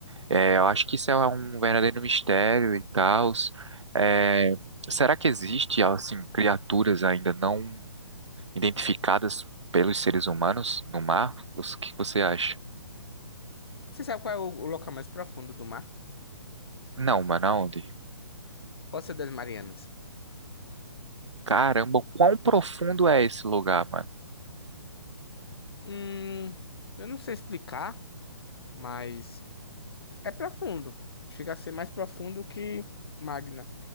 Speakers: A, on the right; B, on the left.
A: É, eu acho que isso é um verdadeiro mistério e tal. É, será que existe, assim, criaturas ainda não identificadas pelos seres humanos no mar? O que você acha?
B: Você sabe qual é o o local mais profundo do mar?
A: Não, mano, aonde?
B: Fossa das Marianas.
A: Caramba, quão profundo é esse lugar, mano?
B: Hum, eu não sei explicar, mas é profundo. Chega a ser mais profundo que Magna.